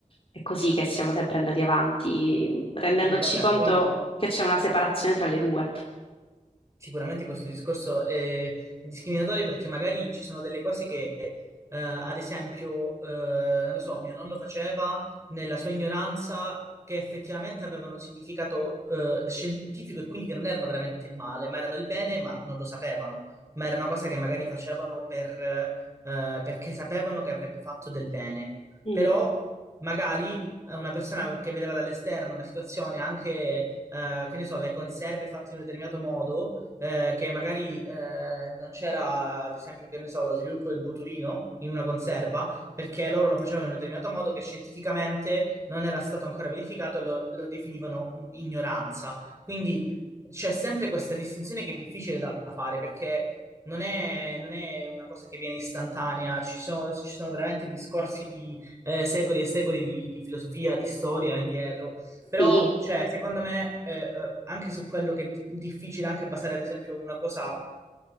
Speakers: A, on the left; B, on the right.
A: è così che siamo sempre andati avanti, rendendoci
B: Sì, vabbè,
A: conto
B: poi
A: che c'è una separazione tra le due.
B: Sicuramente questo discorso è, è discriminatorio perché magari ci sono delle cose che, eh, ad esempio, eh, non lo so, mio nonno faceva nella sua ignoranza che effettivamente avevano un significato, eh, scientifico e quindi che non erano veramente il male, ma erano il bene, ma non lo sapevano. Ma era una cosa che magari facevano per, eh, perché sapevano che avrebbe fatto del bene.
A: Mhm.
B: Però magari eh, una persona che vedeva dall'esterno una situazione, anche, eh, che ne so, le conserve fatte in un determinato modo eh, che magari eh, non c'era, ad esempio, che ne so, lo sviluppo del botulino in una conserva, perché loro lo facevano in un determinato modo che scientificamente non era stato ancora verificato e lo, lo definivano un- ignoranza. Quindi c'è sempre questa distinzione che è difficile da fare perché non è, non è una cosa che viene istantanea, ci sono, ci sono veramente discorsi di eh, secoli e secoli di, di filosofia, di storia indietro. Però,
A: Sì,
B: cioè, secondo me, eh, eh, anche su quello che è di- difficile anche basare, ad esempio, una cosa